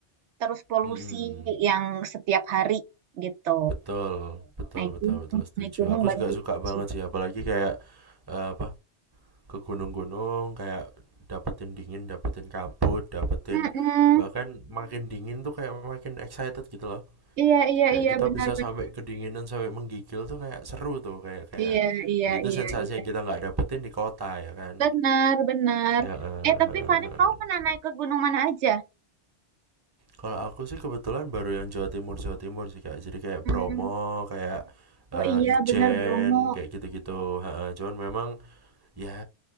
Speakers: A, on the right; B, on the right.
A: terus polusi
B: Mhm.
A: yang setiap hari gitu.
B: Betul, betul,
A: Naik
B: betul,
A: gunung,
B: betul. Setuju.
A: naik gunung
B: Aku
A: bantu.
B: juga suka banget
A: sih.
B: sih, apalagi kayak eh, apa ke gunung-gunung, kayak dapetin dingin, dapetin kabut, dapetin
A: Mm-mm.
B: bahkan makin dingin tuh kayak makin excited gitu loh.
A: Iya, iya,
B: Kayak
A: iya,
B: kita
A: benar,
B: bisa
A: benar.
B: sampai kedinginan sampai menggigil tuh kayak seru tuh, kayak kayak
A: Iya, iya,
B: ya itu
A: iya,
B: sensasi
A: iya.
B: yang kita nggak dapetin di kota ya kan.
A: Benar, benar.
B: Ya, eh,
A: Eh, tapi
B: eh,
A: Farid,
B: eh.
A: kau pernah naik ke gunung mana aja?
B: Kalau aku sih kebetulan baru yang Jawa Timur Jawa Timur sih kak. Jadi kayak
A: Hmm.
B: Bromo, kayak
A: Oh
B: eh,
A: iya
B: Ijen,
A: benar Bromo.
B: kayak gitu-gitu. Ha, ha. cuman memang ya